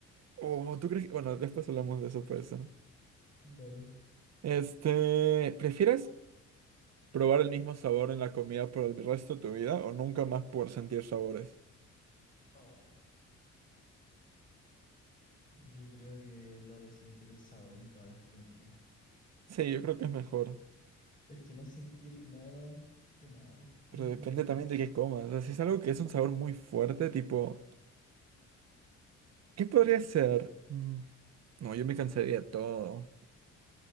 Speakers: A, on the right (about 60°); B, on the left (about 25°).
A: Oh, ¿tú crees que...? Bueno, después hablamos de eso, pues. ¿no?
B: Dale.
A: Este, ¿prefieres probar el mismo sabor en la comida por el resto de tu vida o nunca más poder sentir sabores?
B: Oh, yo creo que lo de sentir el sabor en todas las comidas.
A: Sí, yo creo que es mejor,
B: Es que no sentir nada, qué mal. Como
A: pero
B: que
A: depende
B: me...
A: también de qué comas. O sea, si es algo que es un sabor muy fuerte, tipo, ¿qué podría ser? Mm, no, yo me cansaría de todo.